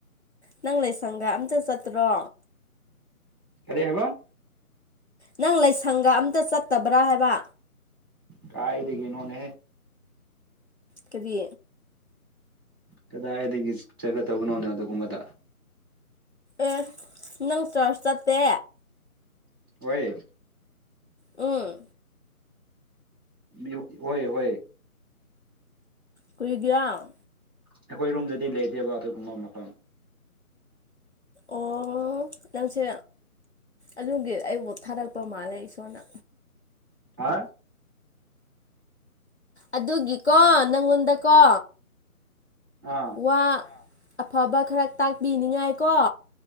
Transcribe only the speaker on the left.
ꯅꯪ ꯂꯩꯁꯪꯒ ꯑꯝꯇ ꯆꯠꯇ꯭ꯔꯣ
ꯅꯪ ꯂꯥꯏꯁꯪꯒ ꯑꯝꯇ ꯆꯠꯇꯕ꯭ꯔꯥ ꯍꯥꯏꯕ
ꯀꯔꯤ
ꯑꯦ ꯅꯪ ꯆꯔꯆ ꯆꯠꯇꯦ
ꯎꯝ
ꯀꯨꯔꯤꯗ꯭ꯔ
ꯑꯣ ꯅꯪꯁꯦ ꯑꯗꯨꯒꯤ ꯑꯩꯕꯨꯠ ꯊꯥꯗꯔꯛꯄ ꯃꯥꯜꯂꯦ ꯏꯁꯣꯔꯅ
ꯑꯗꯨꯒꯤꯀꯣ ꯅꯪꯉꯣꯟꯗꯀꯣ
ꯋꯥ ꯑꯐꯕ ꯈꯔ ꯇꯥꯛꯄꯤꯅꯤꯉꯥꯏꯀꯣ